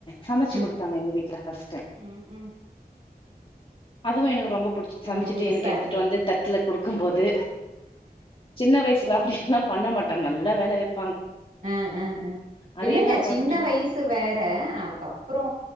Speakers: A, on the left (about 30°); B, on the right (about 55°).
A: சமச்சு
B: ம்
A: குடுத்தாங்க எங்க வீட்ல ஃபஸ்ட் டைம்
B: ம் ம் ம்
A: அதுவு எனக்கு ரொம்ப புடிச்சு
B: ரொம்ப
A: சம்சு
B: புதுசா
A: கெடுத்துட்டு
B: இருந்து
A: வந்து தட்ல குடுக்கும் போது சின்ன வயசுல அப்டி இதுல்லா பண்ண மாட்டாங்க நல்லா வேல வெப்
B: அஹ் அஹ் அஹ்
A: அதையெல்லா
B: இல்லங்க
A: பாத்துட்டு
B: சின்ன வயசு வேற அதுக்கப்புறோ